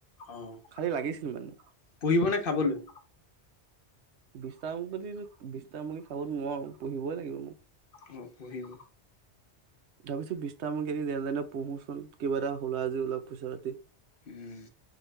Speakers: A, on the left; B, on the right.
A: অ'।
B: খালি লাগিছিল মানে।
A: পুহিব নে খাবলৈ।
B: বিছতা বুলি বিষ্টা মুৰ্গী খাবতো নোৱাৰো পুহিবই লাগিব মোক।
A: অ পুহিব।
B: ভাবিছো বিছটাম কিন যেতেনে পুঢ়োচোন কিবা এটা ওলাই যদি পইচা পাতি।
A: হম।